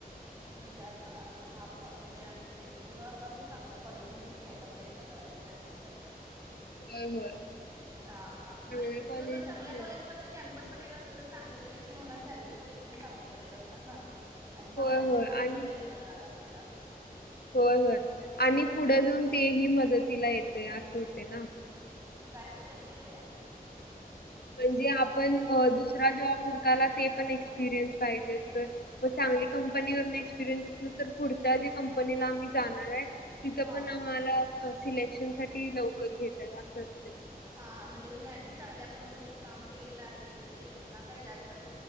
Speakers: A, on the right; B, on the left.
A: म्हणजे अस हा अस म्हणून आपण चांगलं‌ कॉलेजमध्येध्ये घ्यायचा प्रयत्न करायचा जास्तीत जास्त.
B: होय होय.
A: ह
B: चांगल्या
A: आणि तिथन
B: कॉलेजेस
A: जर चगल्या
B: निवडून
A: कॉलेजमधन कॅम्पस. ण तर चांगलं सिलेक्शन होणार सॅलरीज वगरे पण चांगल्या मिळत असणार ना. आणि चांगल्या
B: होय
A: कंपनीमध्ये
B: होय आणि
A: मिळणार आपल्याला.
B: होय होय आणि पुढं जाऊन तेही मदतीला येतंय असं होते ना.
A: काय आहे मदतीला ते.
B: म्हणजे आपण दुसरा जॉब उडकायला ते पण एक्सपिरियन्स पाहिजे असत. मग चांगली कंपनी वन एक्सपिरियन्स असल तर पुढच्या जी कंपनीला आम्ही जाणार आहे. तिथं
A: हा
B: पण आम्हाला सिलेक्शन साठी लवकर घेतय असं असते.
A: हां हा म्हणजे तुम्ही आधीच चांगल्या कंपनीत काम केलेलं आहे म्हणजे त्यांना काय जास्त.